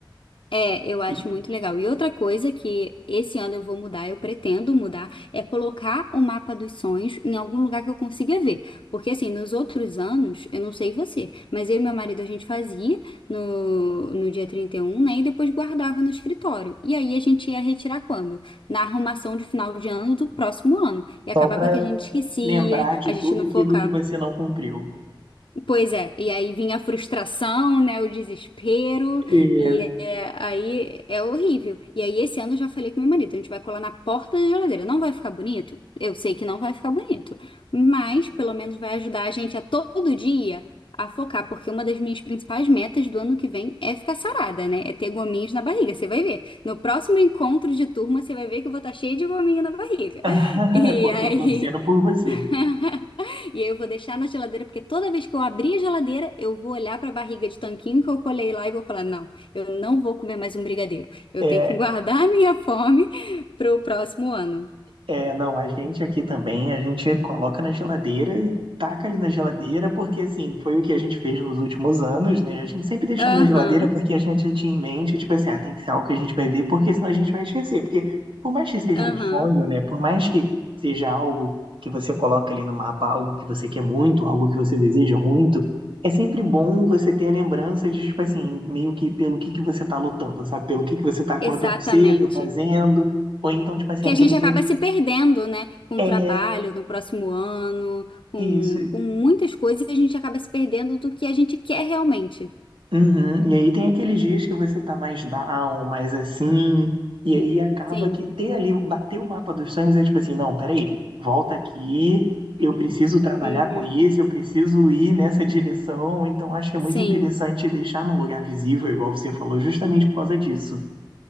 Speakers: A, on the left (about 75°); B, on the right (about 80°).
A: É, eu acho
B: E um, e
A: muito legal. E outra coisa que esse ano eu vou mudar, eu pretendo mudar, é colocar o mapa dos sonhos em algum lugar que eu consiga ver. Porque assim, nos outros anos, eu não sei você, mas eu e meu marido a gente fazia no, no dia 31, né? E depois guardava no escritório. E aí a gente ia retirar quando? Na arrumação de final de ano do próximo ano. E
B: só
A: acabava
B: para
A: que a gente esquecia,
B: lembrar de
A: a gente
B: tudo
A: não
B: aquilo
A: focava
B: que você não cumpriu.
A: Pois é, e aí vinha a frustração, né, o desespero,
B: E...
A: e é- aí é horrível. E aí esse ano eu já falei com meu marido, a gente vai colar na porta da geladeira. Não vai ficar bonito? Eu sei que não vai ficar bonito, mas pelo menos vai ajudar a gente a todo dia a focar, porque uma das minhas principais metas do ano que vem é ficar sarada, né? É ter gominhos na barriga, você vai ver. No próximo encontro de turma, você vai ver que eu vou estar cheia de gominho na barriga.
B: <laughs>
A: E
B: Pô,
A: aí
B: tô torcendo por você.
A: <laughs> E aí eu vou deixar na geladeira, porque toda vez que eu abrir a geladeira, eu vou olhar para a barriga de tanquinho que eu colei lá e vou falar: não, eu não vou comer mais um brigadeiro. Eu
B: É,
A: tenho que guardar <laughs> a minha fome para o próximo ano.
B: É, não, a gente aqui também, a gente coloca na geladeira e taca ali na geladeira, porque assim, foi o que a gente fez nos últimos anos, né? A gente sempre deixou
A: Aham,
B: na geladeira porque a gente tinha em mente, tipo assim, ah, tem que ser algo que a gente vai ver, porque senão a gente vai esquecer. Porque por mais que seja um
A: aham,
B: sonho, né? Por mais que seja algo que você coloca ali no mapa, algo que você quer muito, algo que você deseja muito, é sempre bom você ter a lembrança de, tipo assim, meio que pelo que que você tá lutando, sabe? Pelo que que você tá acordando
A: exatamente.
B: cedo, fazendo. Ou então, tipo assim,
A: Que
B: aquele
A: a gente
B: dia
A: acaba se perdendo, né? Com
B: é,
A: o trabalho no próximo ano, com,
B: isso.
A: com muitas coisas, a gente acaba se perdendo do que a gente quer realmente.
B: Uhum. E aí tem aqueles dias que você tá mais down, mais assim, e aí acaba
A: Sim,
B: que ter ali, bater o mapa dos sonhos é tipo assim, não, peraí, volta aqui, eu preciso trabalhar
A: uhum,
B: com isso, eu preciso ir nessa direção, então acho que é
A: sim.
B: muito interessante deixar num lugar visível, igual você falou, justamente por causa disso.